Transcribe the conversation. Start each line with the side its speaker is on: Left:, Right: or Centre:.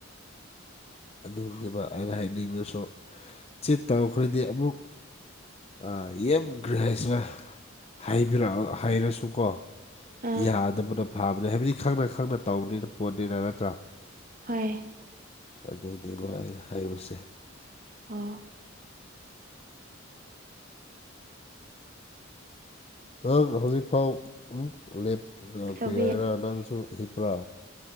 Left: ꯑꯗꯨꯅꯤꯕ ꯑꯩꯅ ꯍꯥꯏꯅꯤꯡꯕꯁꯨ ꯆꯤꯠ ꯇꯧꯈ꯭ꯔꯗꯤ ꯑꯃꯨꯛ ꯑꯥ ꯌꯥꯝ ꯒ꯭ꯔꯥ ꯍꯥꯏꯁꯤꯔ ꯍꯥꯏꯕꯤꯔꯛꯑꯣ ꯍꯥꯏꯔꯁꯨꯀꯣ
Right: ꯑꯥ
Left: ꯌꯥꯗꯕꯗꯣ ꯐꯕꯅꯦ ꯍꯥꯏꯕꯗꯤ ꯈꯪꯅ ꯈꯪꯅ ꯇꯧꯕꯅꯤꯅ ꯄꯣꯠꯅꯤꯅ ꯅꯠꯇ꯭ꯔꯥ
Right: ꯍꯣꯏ
Left: ꯑꯗꯨꯅꯤꯕ ꯑꯩꯅ ꯍꯥꯏꯕꯁꯦ
Right: ꯍꯣ
Left: ꯅꯪ ꯍꯧꯖꯤꯛꯐꯥꯎ ꯑꯃꯨꯛ ꯂꯦꯞ ꯔꯥ
Right: ꯑꯆꯧꯕꯤ
Left: ꯀꯔꯤ ꯍꯥꯏꯔ ꯅꯪꯁꯨ ꯍꯤꯞꯄ꯭ꯔ